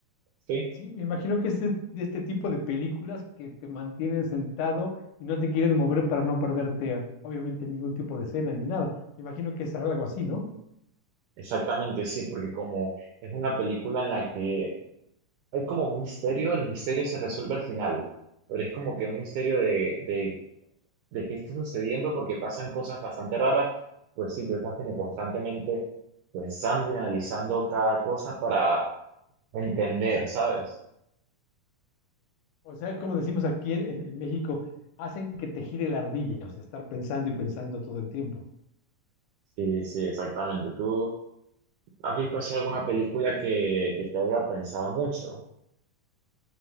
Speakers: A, on the right; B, on the left.
A: Sí,
B: sí, me imagino que es de de este tipo de películas que te mantienen sentado y no te quieren mover para no perderte, obviamente, ningún tipo de escena ni nada. Me imagino que es algo así, ¿no?
A: exactamente, sí, porque como es una película en la que hay como un misterio, el misterio se resuelve al final, pero es como que un misterio de, de, de qué está sucediendo porque pasan cosas bastante raras, pues sí, tú estás como constantemente pensando y analizando cada cosa para entender, ¿sabes?
B: O sea, como decimos aquí en, en- en México, hacen que te gire la ardilla, o sea, estar pensando y pensando todo el tiempo.
A: Sí, sí, exactamente. ¿Tú has visto así alguna película que, que te haga pensar mucho?